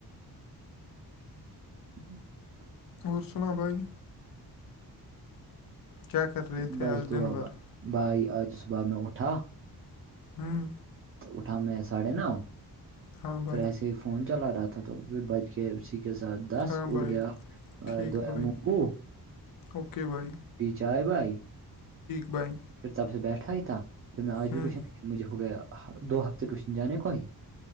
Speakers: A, on the right (about 35°); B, on the left (about 55°).
A: ہ <inaudible>
B: اور سنا بھائی کیا کر رہے تھے
A: بس
B: آج
A: دعاب
B: دن بھر
A: بھائی آج صبح میں اٹھا
B: ہاں <inaudible>
A: تو اٹھا میں ساڑھے نو
B: ہاں بھائی
A: پھر ایسے فون چلا رہا تھا تو پھر بچ گ سیکھ کے ساتھ دس
B: ہاں
A: اٹ
B: بھائی
A: گیا
B: ٹھیک
A: دو
B: بھائی
A: مگو
B: اوکے بائی <unintelligible>
A: چائے بائی
B: بھائی
A: پھر تب سے بیٹھا ہی تھا پھر میں آج
B: ہوں
A: بھی ٹیوشن مجھے ہو گیا دو ہفتے ٹیوشن جانے کو ہی